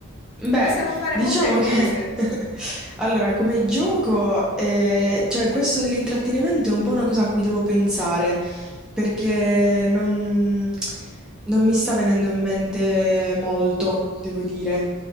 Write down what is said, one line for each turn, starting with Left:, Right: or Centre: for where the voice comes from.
Centre: Beh,
Left: Possiamo fare
Centre: diciamo
Left: molte cose.
Centre: che <laughs> allora come gioco, eh, cioè questo dell'intrattenimento è un po' una cosa a cui devo pensare, perché non, non mi sta venendo in mente molto, devo dire.